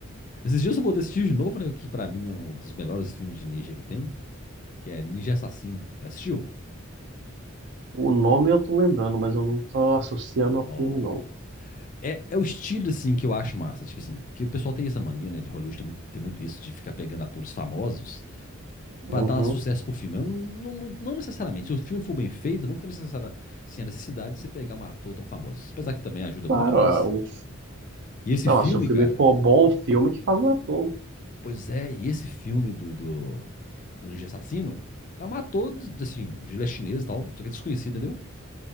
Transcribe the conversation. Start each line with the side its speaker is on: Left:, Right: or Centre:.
Left: Esses dias eu vou assistir de novo, né? Que pra mim é um dos melhores filmes de ninja que tem, que é Ninja Assassino. Já assistiu?
Right: O nome eu tô lembrando, mas eu não tô associando
Left: No.
Right: ao filme, não.
Left: É, é o estilo, assim, que eu acho massa. Tipo assim, que o pessoal tem essa mania, né? De Hollywood tem muito, tem muito isso de ficar pegando atores famosos
Right: Uhum.
Left: pra dar sucesso pro filme. Eu não, não, não- não necessariamente. Se o filme for bem feito, não tem necessária, assim, a necessidade de você pegar um ator tão famoso. Apesar que também ajuda
Right: Claro,
Left: muito, mas.
Right: é o...
Left: E esse
Right: Não,
Left: filme,
Right: se o filme
Left: cara,
Right: for bom, o filme que faz o ator.
Left: Pois é, e esse filme do, do, do Ninja Assassino é um ator, de- assim, ele é chinês e tal, só que é desconhecido, entendeu?